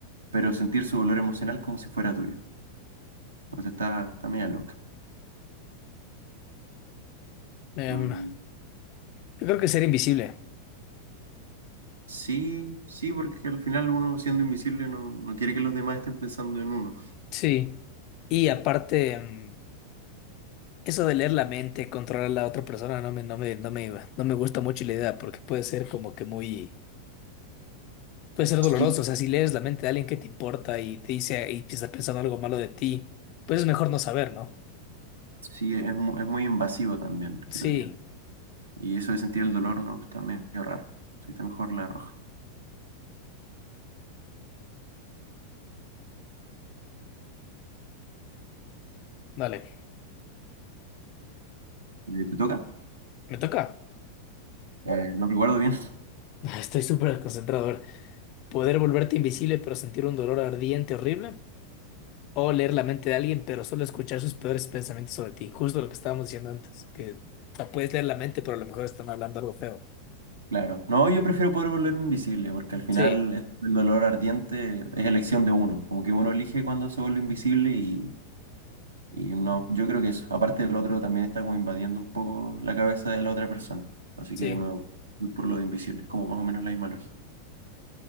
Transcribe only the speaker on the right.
pero sentir su dolor emocional como si fuera tuyo? Entonces está, está media loca.
Mm,
Sí, sí, porque al final uno siendo invisible no, no quiere que los demás estén pensando en uno.
Sí,
sí, es, mu- es muy invasivo también,
creo yo. Y eso de sentir el dolor no está medio raro. Sí, está mejor la roja.
Eh, ¿Te toca?
Eh, no recuerdo bien.
Claro. No, yo prefiero poder volverme invisible, porque al final
es- el dolor ardiente es elección de uno. Como que uno elige cuando se vuelve invisible y, y no, yo creo que eso. Aparte el otro también está como invadiendo un poco la cabeza de la otra persona. Así
que me voy por lo de invisible, es como más o menos la misma lógica.